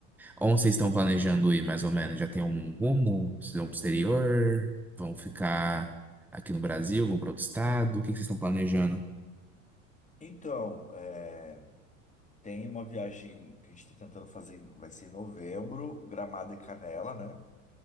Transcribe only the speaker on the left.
Então, é, tem uma viagem que a gente tá tentando fazer, vai ser em novembro, Gramado e Canela, né?